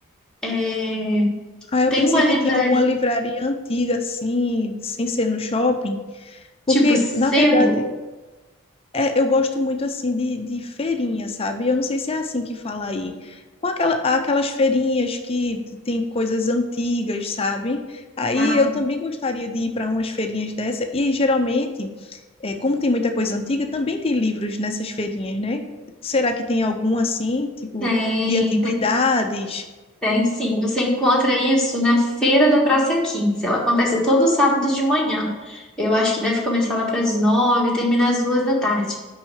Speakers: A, in the centre; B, on the left (about 25°).
A: É,
B: Ah, eu
A: tem
B: pensei
A: uma livraria
B: que tinha alguma livraria antiga, assim, sem ser no shopping, porque,
A: tipo Sebo?
B: na verdade, é, eu gosto muito, assim, de, de feirinha, sabe? Eu não sei se é assim que fala aí. Com aquela, aquelas feirinhas que tem coisas antigas, sabe? Aí
A: Ah,
B: eu também gostaria de ir para umas feirinhas dessa, e geralmente, é, como tem muita coisa antiga, também tem livros nessas feirinhas, né? Será que tem algum, assim, tipo,
A: Tem,
B: de antiguidades?
A: tem. Tem sim, você encontra isso na Feira da Praça Quinze Ela acontece todo sábado de manhã. Eu acho que deve começar lá para as nove e terminar às duas da tarde.